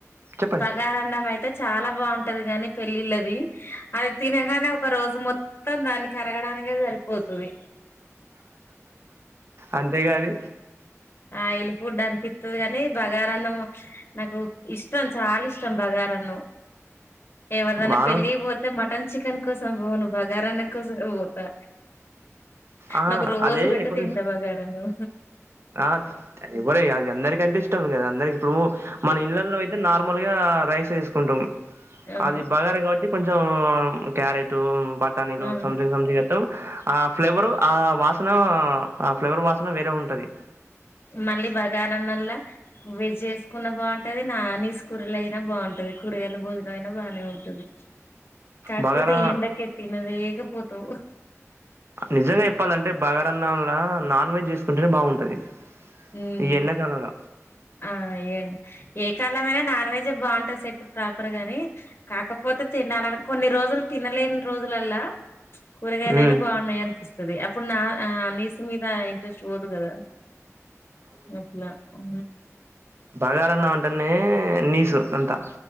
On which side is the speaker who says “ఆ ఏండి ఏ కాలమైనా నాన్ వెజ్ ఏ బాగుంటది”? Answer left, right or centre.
Left